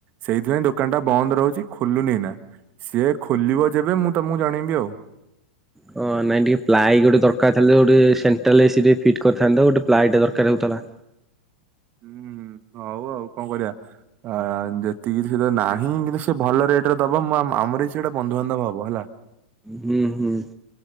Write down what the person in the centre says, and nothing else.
ହଁ ନାଇଁ ଟିକେ ପ୍ଲାଇ ଗୋଟେ ଦରକାର ଥିଲା ଯେ ଗୋଟେ ସେଣ୍ଟ୍ରାଲ ଏ ସି ଟେ ଫିଟ୍ କରିଥାନ୍ତି ତ ଗୋଟେ ପ୍ଲାଏ ଟେ ଦରକାର ହଉଥିଲା।
ହୁଁ ହୁଁ।